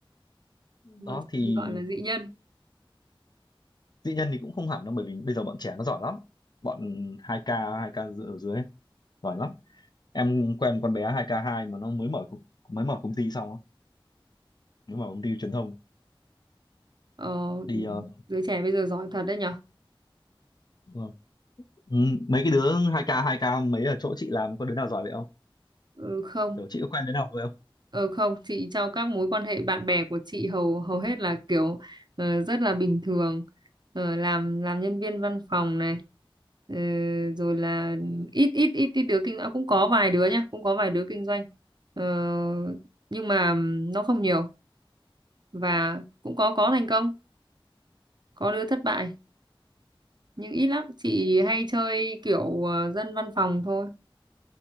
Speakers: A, on the right; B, on the left.
A: Gọi,
B: đó thì
A: thì gọi là dị nhân.
B: dĩ nhân thì cũng không hẳn đâu bởi vì bây giờ bọn trẻ nó giỏi lắm bọn hai k hai k dự- ở dưới ấy, giỏi lắm em quen một con bé hai k hai mà nó mới mở co- mới mở công ty xong á, mới mở công ty truyền thông
A: Ờ,
B: đi
A: ừ,
B: ờ,
A: giới trẻ bây giờ giỏi thật đấy nhỉ?
B: ờ, ừ, mấy cái đứa hai k hai k mấy ở chỗ chị làm có đứa nào giỏi vậy không
A: Ừ, không.
B: kiểu chị có quen đứa nào vậy không
A: Ờ không, chị trong các mối quan hệ bạn bè của chị hầu hầu hết là kiểu ờ, rất là bình thường, Ờ, làm làm nhân viên văn phòng này, Ờ, rồi là ít ít ít ít đứa kinh doanh cũng có vài đứa nhá, cũng có vài đứa kinh doanh, Ờ, nhưng mà nó không nhiều và cũng có có thành công, có đứa thất bại nhưng ít lắm. Chị hay chơi kiểu ờ, dân văn phòng thôi.